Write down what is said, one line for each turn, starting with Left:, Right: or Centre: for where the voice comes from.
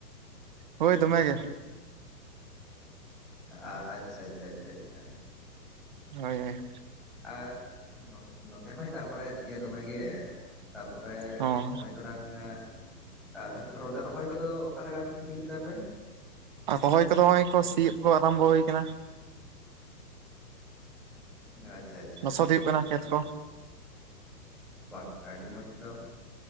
Right: ᱦᱳᱭ ᱫᱚᱢᱮ ᱜᱮ
Centre: ᱟ ᱟᱪᱪᱷᱟ ᱟᱪᱪᱷᱟ ᱪᱷᱟ ᱪᱷᱟ
Right: ᱦᱳᱭ ᱦᱳᱭ
Centre: ᱟᱻ ᱱᱚᱛᱮ ᱦᱚᱸᱭ ᱫᱟᱜᱽ ᱵᱟᱲᱟᱭᱮᱫ ᱜᱮᱭᱟ ᱫᱚᱢᱮᱜᱮ ᱛᱟᱯᱚᱨᱮ
Right: ᱦᱚᱸ
Centre: ᱱᱚᱜᱼᱚᱭ <unintelligible> ᱛᱟᱞᱦᱮ ᱨᱚᱦᱚᱭ ᱠᱚᱫᱚ ᱚᱠᱟ ᱞᱮᱠᱟ ᱛᱤᱱ ᱡᱷᱟᱹᱞ ᱠᱮᱫᱟ ᱯᱮ?
Right: ᱨᱚᱦᱚᱭ ᱠᱚᱫᱚ ᱱᱚᱜᱼᱚᱭ ᱠᱚ ᱥᱤᱭᱩᱜ ᱠᱚ ᱟᱨᱟᱢᱵᱚ ᱦᱩᱭ ᱠᱟᱱᱟ᱾
Centre: ᱟᱪᱪᱷᱟ ᱟᱪᱪᱷᱟ
Right: ᱞᱚᱥᱚᱫ
Centre: ᱟᱷᱟᱷᱟ
Right: ᱦᱩᱭᱩᱜ
Centre: ᱟᱪᱷᱟ
Right: ᱠᱟᱱᱟ ᱠᱷᱮᱛ ᱠᱚ
Centre: ᱵᱟᱦ ᱟᱹᱰᱤ ᱢᱚᱸᱡᱽ ᱛᱚ